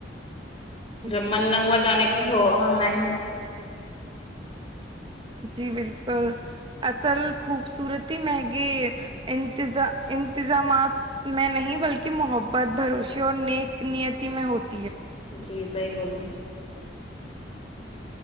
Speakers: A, on the left; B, on the right.
A: جب
B: جی
A: من نہ ہوا جانے کا تو نائن <unintelligible>
B: جی بالکل اصل خوبصورتی مہنگے انتظا انتظامات میں نہیں بلکہ محبت بھروشی اور نیک نیتی میں ہوتی <unintelligible>
A: جی <unintelligible> جائی بولے <unintelligible>